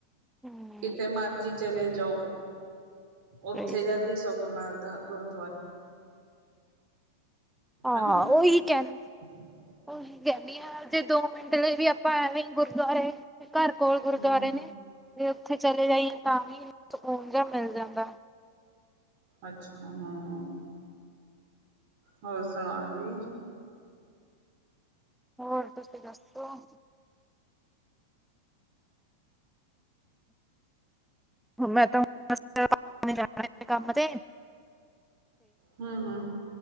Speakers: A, in the centre; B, on the right (about 50°).
A: ਹੂੰ
B: ਕਿਤੇ ਮਰਜ਼ੀ ਚਲੇ ਜਾਓ, ਉੱਥੇ
A: ਸਹੀ ਗੱਲ।
B: ਜਾ ਕੇ ਸੁੱਖ ਮਿਲਦਾ ਗੁਰਦੁਆਰੇ।
A: ਹਾਂ
B: ਹਨਾ
A: ਉਹੀ ਕਹਿਣ।
B: <inaudible>
A: ਉਹੀ ਕਹਿੰਨੀ ਆ ਜੇ ਦੋ ਮਿੰਟ ਲਈ ਵੀ ਆਪਾਂ ਐਵੇਂ ਈ ਗੁਰਦੁਆਰੇ। ਘਰ ਕੋਲ ਗੁਰਦੁਆਰੇ
B: ਹਾਂ
A: ਨੇ ਤੇ ਉੱਥੇ ਚਲੇ ਜਾਈਏ ਤਾਂ ਵੀ ਸਕੂਨ ਜਿਹਾ ਮਿਲ ਜਾਂਦਾ।
B: ਅੱਛਾ ਹਾਂ, ਹੋਰ ਸੁਣਾਓ ਜੀ?
A: ਹੋਰ ਤੁਸੀਂ ਦੱਸੋ? ਮੈਂ ਤਾਂ ਬੱਸ <inaudible> ਕੰਮ ਤੇ।
B: ਹੂੰ-ਹੂੰ